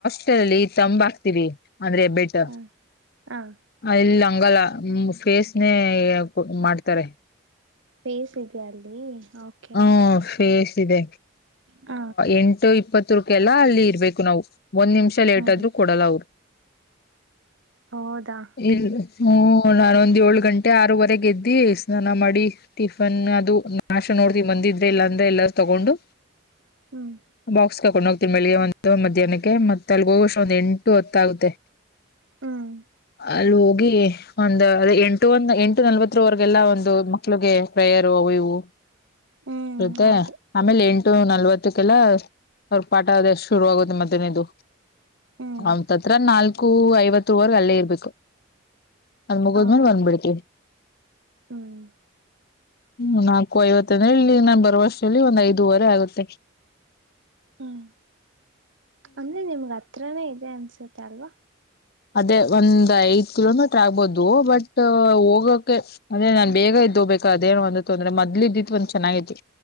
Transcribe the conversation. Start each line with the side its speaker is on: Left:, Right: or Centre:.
Left: ಲ್ಲಿ ತಂಬ ಹಾಕ್ತಿವಿ ಅಂದ್ರೆ ಬೆಟ
Right: ಹ ಹ
Left: ಇಲ್ಲ ಹಂಗಲ್ಲ ಫೇಸ್ನೇ ಮಾಡ್ತಾರೆ
Right: ಪೇಸ್ ಇದೆಯ ಅಲ್ಲಿ
Left: ಹ್ಮ
Right: ಓಕೆ
Left: ಫೇಸ್ ಇದೆ
Right: ಹ
Left: ಎಂಟು ಇಪ್ಪತ್ತಕ್ಕೆಲ್ಲ ಅಲ್ಲಿ ಇರ್ಬೇಕು ನಾವು ಒಂದ್ ನಿಮಿಷ ಲೇಟ್
Right: ಹ್ಮ್
Left: ಆದ್ರು ಕೊಡಲ್ಲ ಅವರು
Right: ಹೌದಾ
Left: ಇಲ್ಲ ಹೂ ನಾನೊಂದ ಏಳು ಗಂಟೆ ಆರೂವರೆಗೆ ಎದ್ದಿ ಸ್ನಾನ ಮಾಡಿ ಟಿಫನ್ ಅದು ನಾ ನೋಡ್ತೀವಿ ಮಂದ ಇದ್ರೆ ಇಲ್ಲ ಅಂದ್ರೆ ಎಲ್ಲು ತಗೊಂಡು
Right: ಹ್ಮ್
Left: ಬಾಕ್ಸ್ ತಕೊಂಡು ಹೋಗ್ತವಿ ಬೆಳಿಗ್ಗೆ ಒಂದು ಮಧ್ಯಾಹ್ನಕ್ಕೆ ಮತ್ತತ್ ಅಲ್ಲಿಗೆ ಹೋಗುವಷ್ಟ ಒಂದ್ ಎಂಟು ಹತ್ತ ಆಗುತ್ತೆ
Right: ಹ್ಮ್
Left: ಅಲ್ಲಿ ಹೋಗಿ ಒಂದ್ ಅ ಎಂಟು ಒಂದ ಎಂಟು ನಲ್ವತ್ತರವರೆಗೆಲ್ಲಾ ಒಂದು ಮಕ್ಲುಗೆ <unintelligible> ಪ್ರಯರ್ ಅವು ಇವು
Right: ಹ್ಮ್
Left: ಇರುತ್ತ
Right: ಹೌದು
Left: ಆಮೇಲೆ ಎಂಟು ನಲ್ವತ್ತಕ್ಕೆಲ್ಲ ಪಾಠ ಅದೆಷ್ಟ ಶುರು ಆಗುತ್ತೆ ಮಧನ ಇದು
Right: ಹ್ಮ್
Left: ನಾನ್ ಹತ್ತಿರ ನಾಲ್ಕು ಐವತ್ತು ವರ್ ಅಲ್ಲೇ ಇರ್ಬೇಕು ಅಲ್ಲಿ ಮುಗದ್
Right: ಹೌದು
Left: ಮೇಲೆ ಬಂದ್ ಬಿಡ್ತೀವಿ
Right: ಹ್ಮ್
Left: ಹ್ಮ ನಾಲ್ಕು ಐವತ್ತಂದ್ರಲ್ಲಿ ಇಲ್ಲಿ ನಾನ್ ಬರುವಷ್ಟಲ್ಲಿ ಒಂದ್ ಐದುವರೆ ಆಗುತ್ತೆ
Right: ಹ್ಮ್ ಅಂದ್ರೆ ನಿಮಗ ಹತ್ರನೇ ಇದೆ ಅನ್ಸುತ್ತೆ ಅಲ್ವಾ.
Left: ಅದೇ ಒಂದ್ ಐದ್ ಕಿಲೋಮೀಟ್ರ ಆಗ್ಬೋದು ಬಟ್ ಹೋಗಕೆ ಅದೇ ನಾನ್ ಬೇಗ ಇದ್ದ ಹೋಗ್ಬೇಕ ಅದೇ ಒಂದ್ ತೊಂದ್ರೆ ಮದ್ಲ ಇದ್ದಿದ್ ಒಂದ ಚನಾಗಿತ್ತು